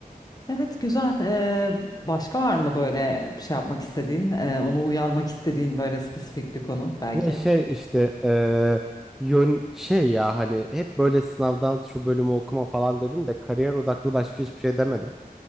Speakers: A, on the left; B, in the centre.
A: Evet güzel. E, başka var mı böyle şey yapmak istediğin, e, onu uyarmak istediğin böyle spesifik bir konu belki?
B: Ya şey işte eee, yön şey ya hani hep böyle sınavdan şu bölümü okuma falan dedim de kariyer odaklı başka hiçbir şey demedim.